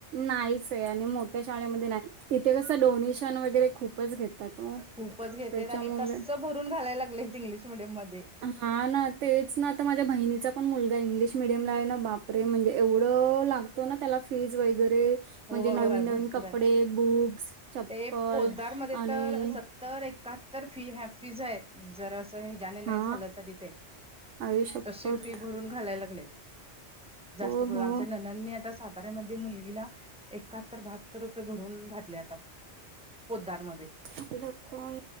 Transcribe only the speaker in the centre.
खुपच घेत
आणि तसं भरून घालायला लागलेत इंग्लिश मिडियम मध्ये.....
होय
होय
भरपूर
आहे
ते पोद्दारमध्ये
तर एकाहत्तर फी ह फीज आहे जर असं हजने नाही
झालं तरी ते.....
आता शिपाती भरून घालायला लागलेत जास्त
करून
आमच्या ननांनी आता सा..... अरे मध्ये मुलगीला..... एकाहत्तर बहात्तर रुपये भरून घातले आता पोद्दारमध्ये...